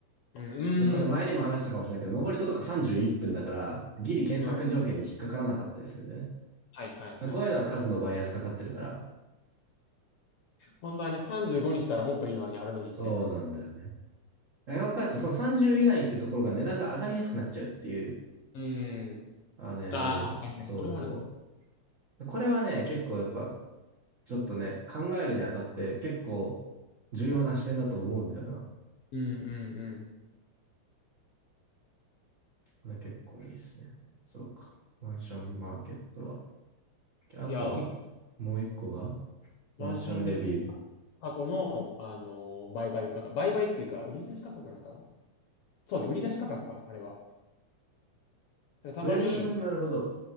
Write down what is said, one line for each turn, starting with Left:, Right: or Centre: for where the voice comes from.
Left: うん、
Right: これ前にも話したかもしれないけど、
Left: うん、確かに。
Right: 登り戸とか31分だから、ギリ検索条件に引っかからなかったりするんだよ
Left: うん。はいはいはいはい。
Right: ね。こういうのは数のバイアスかかってるから、
Left: 本当はね、35にしたらもっといいのにあるのにみたいな。
Right: そうなんだよね。外国開発とその30以内っていうところが値段が上がりやすくなっちゃうっていう、
Left: そう。うん。
Right: あね、
Left: ああ、
Right: ある。
Left: はいはい。
Right: そうそ
Left: これもあるの。
Right: う。これはね、結構やっぱ、ちょっとね、考えるにあたって結構重要な視点だと思うんだよな。
Left: うんうんう
Right: ね、結構いいですね。そうか。マンションマーケットは。あとは
Left: ん。いや、け
Right: もう一個が
Left: マンションレンタ過去の、
Right: マンションレビュー。
Left: あのー売買価格。売買っていうか、売り出し価格なのかなそうね、売り出し価格か、あれは。なんかたまに
Right: えー、なるほど。